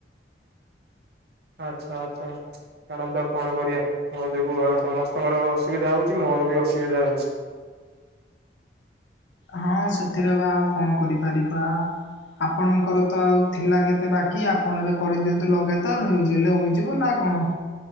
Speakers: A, on the right (about 60°); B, on the left (about 85°).
A: <inaudible> ଆଚ୍ଛା ଆଚ୍ଛା ଛାଡ଼ନ୍ତୁ ଆଉ କଣ କରିବା ମୋ ଯୋଗୁ ସମସ୍ତଙ୍କର ଅସୁବିଧା ହୋଉଚି, ମୋ ଅସୁବିଧା ହୋଉଚି।
B: ହଁ ସେଥିରେ ବା ଆଉ କଣ କରିପାରିବା ଆପଣଙ୍କର ତ ଆଉ ଥିଲା କେ ବାକି ଆପଣ ଏବେ କରିଦିଅନ୍ତୁ ଲଗାତାର ହେଇଲେ ହେଯିବ ନା କଣ?